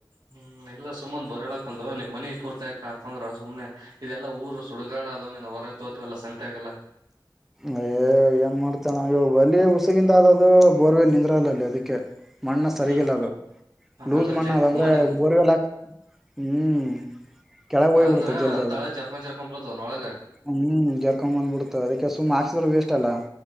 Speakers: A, on the right; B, in the centre.
A: ಹ್ಮ್ ಇಲ್ಲ ಸುಮ್ಮ್ ಬೋರ್ಲ್ ಹಾಕೊಂಡು ನೀ ಮನಿ ಪೂರ್ತಿಕ್ ಹಾಕಂದ್ರ ಸುಮ್ನೆ ಇದೆಲ್ಲ ಊರು ಸುಡುಗಾಡ ಅದ ನೀನು ಹೊರಗೆ ತೋತವಲ್ಲ ಸಂತೆಗೆಲ್ಲ
B: ಹೇ ಏನ್ ಮಾಡ್ತೇಣ ಇವು ಅಲ್ಲಿ ಉುಸಿಗಿಂದ ಆದದು ಬೋರ್ವೆಲ್ ನಿಂದ್ರಲ್ಲ ಅಲ್ಲಿ ಅದಕ್ಕೆ ಮಣ್ಣ ಸರಿಗಿಲ್ಲದು
A: ಹ್ಮ್
B: ಲೂಸ್
A: ಅಂದ್ರ
B: ಮಾ
A: ಜರಿ
B: ಣ್ಣದ ಅಂದ್ರೆ
A: ಮನೆ
B: ಬೋರ್ವೆಲ್ ಹಾಕ್ ಹ್ಮ್ ಕೆಳಗೆ ಹೋಗ್
A: ಅಂದ್ರ
B: ಬಿಡ್ತದೆ ಜಲ್ದಿ ಅದು
A: ತಳ ಜರ್ಕೊಂಡ್ ಜರ್ಕೊಂಡ್ ಬೀಳ್ತವನ್ ಒಳಗ
B: ಹ್ಮ್ ಜರ್ಕೊ್ ಬಂದ್ ಬಿಡ್ತ ಅದಕ್ಕೆ ಸುಮ ಮಾಡಿಸಿದರು ವೇಸ್ಟ್ ಅಲ್ಲ